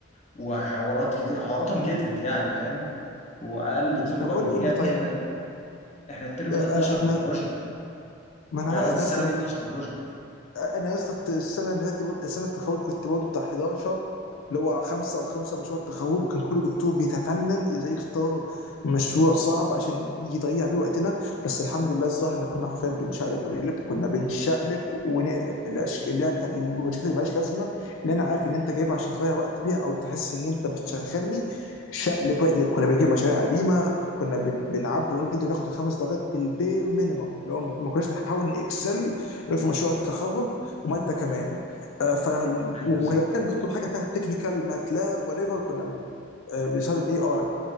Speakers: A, on the left; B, on the left.
A: وحوارات كتير حواراتهم كترت يعني فاهم واقل دكتور
B: طب
A: بقى
B: قول
A: بيدي
B: لي قول
A: يا
B: لي
A: ابني
B: طيب
A: احنا احنا الترم
B: انا
A: ده 12
B: انا
A: بروجكت
B: ما انا
A: آه،
B: عارف
A: قصدي
B: يا
A: السنه
B: اسطى
A: دي 12 بروجكت
B: انا يا اسطى السنه اللي فاتت برضه- السنه التخرج كنت برضه بتاع 11 اللي هو خمسه او خمسه مشروع التخرج وكان كل دكتور بيتفنن ازاي يختار مشروع صعب عشان يضيع بيه وقتنا بس الحمد لله الصراحه احنا كنا حرفيا بنشقلب ونقلب كنا بنشقلب ونقلب الاشكال اللي هي بتاع- البروجكت اللي مالهاش لازمه اللي انا عارف اللي انت جايبها عشان تضيع وقت بيها او تحس ان انت بتشغلني شقلب واقلب كنا بنجيب مشاريع قديمه كنا بن... بنعبي وندي وناخد الخمس درجات بالبير مينيمم اللي هو ما كناش بنحاول نكسل في مشروع التخرج وماده كمان آه، ف
A: ايوه
B: ولما
A: بالظبط
B: كان بيطلب حاجه فيها تكنيكال ماتلاب وات ايفر كنا آه، بنستخدم اي اي